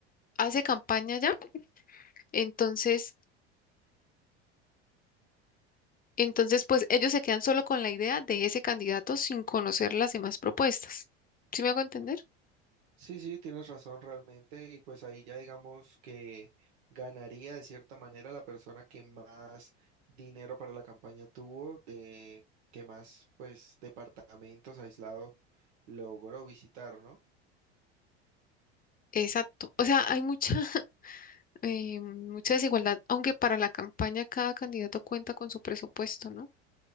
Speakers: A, on the left; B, on the right.
A: hace campaña ya, entonces, entonces pues ellos se quedan solo con la idea de ese candidato sin conocer las demás propuestas. ¿Sí me hago entender?
B: Sí, sí, tienes razón realmente, y pues ahí ya digamos que ganaría de cierta manera la persona que más dinero para la campaña tuvo, de que más pues departamentos aislados logró visitar, ¿no?
A: Exacto. O sea, hay mucha, <laughs> eh, mucha desigualdad, aunque para la campaña cada candidato cuenta con su presupuesto, ¿no?